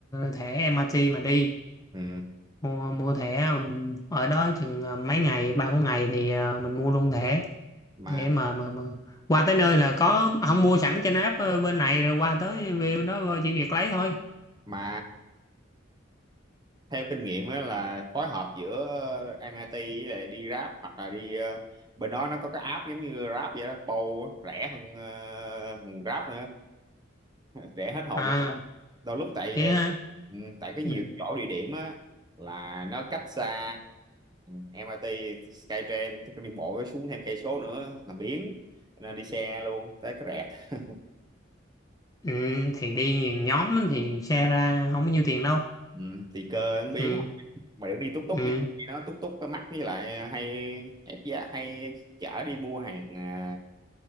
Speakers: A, on the left; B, on the right.
A: thẻ MRT mà đi
B: Ừ.
A: mua, mua thẻ ừm, ở đó chừng ờ, mấy ngày ba bốn ngày thì ờ, mình mua luôn thẻ
B: mà
A: để mà, mà mà qua tới nơi là có không mua sẵn trên app ờ, bên này rồi qua tới view đó ờ, chỉ việc lấy thôi
B: mà theo kinh nghiệm á là phối hợp giữa ờ, MIT với lại đi Grab hoặc là đi ờ, bên đó nó có cái app giống như Grab vậy đó Bow á, rẻ hơn, ờ, hơn Grab nữa <laughs> rẻ hết hồn
A: à
B: luôn á. đôi lúc tại
A: vậy
B: ờ,
A: hả
B: ừ, tại cái
A: ừ.
B: nhiều chỗ địa điểm á là nó cách xa MIT Skytrain tức là đi bộ xuống thêm cây số nữa làm biếng nên đi xe luôn tới cái rẹt
A: Ừ, thì đi nhiều nhóm thì xe ra không có nhiêu tiền đâu
B: ừ, tùy cơ ăn biếng
A: ừ.
B: mà được đi túc túc
A: Ừ.
B: nha nó túc túc cái mắc với lại hay ép giá hay chở đi mua hàng à,